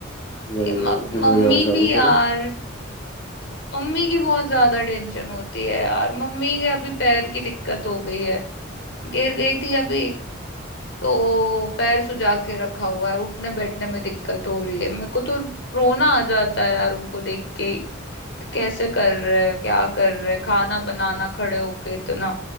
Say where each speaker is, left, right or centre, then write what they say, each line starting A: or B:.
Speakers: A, on the left (about 20°); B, on the left (about 60°).
A: वही
B: ये
A: वही
B: म-
A: जिम
B: मम्मी
A: वगैरह चालू
B: भी यार
A: करो
B: मम्मी की बहुत ज्यादा टेंशन होती है यार मम्मी के अभी पैर की दिक्कत हो गई है गिर गई थी अभी तो पैर सुजा के रखा हुआ है उठने बैठने में दिक्कत हो रही है मेरे को तो रोना आ जाता है यार उनको देख के ही कि कैसे कर रहे हैं क्या कर रहे हैं खाना बनाना खड़े होके इतना